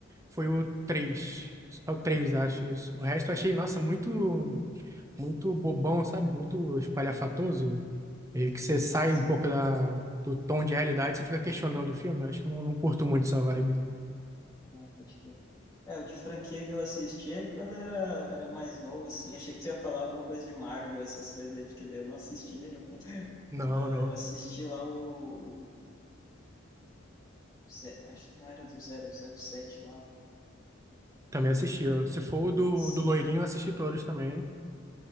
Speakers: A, on the right; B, on the left.
A: foi o três. Só o três, acho isso. O resto eu achei, nossa, muito, muito bobão, sabe? Muito espalhafatoso. Meio que você sai
B: Ah, sim.
A: um pouco da, do tom de realidade, você fica questionando o filme. Eu Acho que eu não, não curto muito essa vibe.
B: Ah, pode crer. É, o de franquia que eu assistia quando era, era mais novo, assim. <laughs> Achei que tu ia falar alguma coisa de Marvel, essas coisas aí, porque daí eu não assisti nenhum. <laughs>
A: Não,
B: Ah,
A: não.
B: eu assisti lá o... o Ze- Acho que não era do zero zero sete lá,
A: Também assisti. Eu- Se for o do,
B: parecia.
A: do Loirinho, eu assisti todos também.